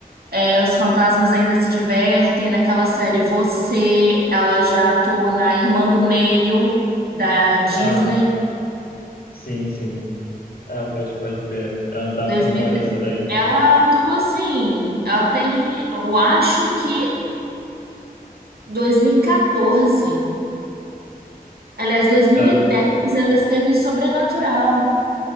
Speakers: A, on the right; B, on the left.
A: é, Os Fantasmas Ainda Se Divertem, naquela série Você, ela já atua na Irmã do Meio da Disney.
B: Ah, sim, sim. Ah, pode, pode crer. Ela não tava
A: 2000,
B: por fora disso daí.
A: ela atua assim, ela tem, eu acho que 2014, aliás, dois mil
B: Ah,
A: e dez, ela esteve em Sobrenatural.